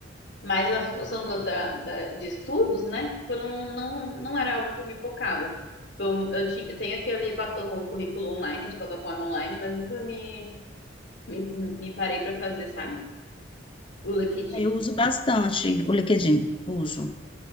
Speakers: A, on the left; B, on the left.
A: mais na função do- da, da- de estudos, né? Tipo, eu não, não, não era algo que eu me focava. Eu, eu, tinha, eu tenho aquele pat- o currículo online, de plataforma online, mas nunca me, me, me parei pra fazer, sabe? O LinkedIn.
B: aí eu uso bastante o LinkedIn, uso.